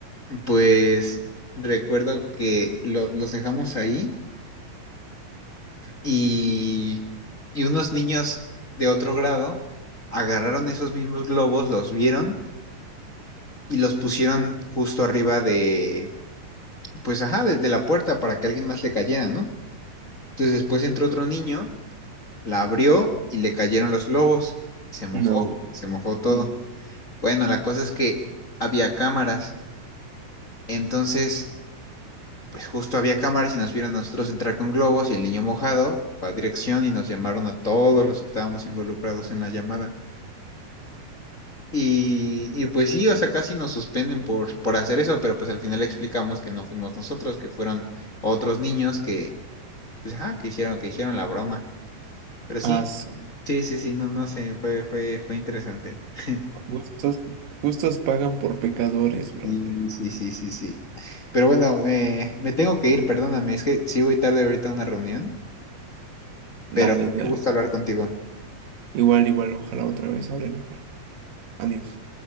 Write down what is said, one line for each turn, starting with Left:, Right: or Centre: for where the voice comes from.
Left: pues recuerdo que lo- los dejamos ahí. y, y unos niños de otro grado agarraron esos mismos globos, los vieron y los pusieron justo arriba de, pues ajá, de, de la puerta para que alguien más le cayera, ¿no? Entonces después entró otro niño, la abrió y le cayeron los globos. Se mojó,
Right: No,
Left: se mojó todo.
Right: no.
Left: Bueno, la cosa es que había cámaras, entonces, pues justo había cámaras y nos vieron a nosotros entrar con globos y el niño mojado fue a dirección y nos llamaron a todos los que estábamos involucrados en la llamada. Y, y pues sí, o sea, casi nos suspenden por, por hacer eso, pero pues al final explicamos que no fuimos nosotros, que fueron otros niños que, pues, ajá, que hicieron, que hicieron la broma. Pero sí,
Right: Ah, son
Left: sí, sí, sí, no, no sé, fue, fue, fue interesante. <laughs>
Right: justos, justos pagan por pecadores, brother.
Left: Sí, sí, sí, sí, sí. Pero bueno, eh, me tengo que ir, perdóname, es que sí voy tarde ahorita a una reunión,
Right: Dale,
Left: pero
Right: dale.
Left: qué gusto hablar contigo.
Right: Igual, igual, ojalá otra vez hablar igual. Adiós.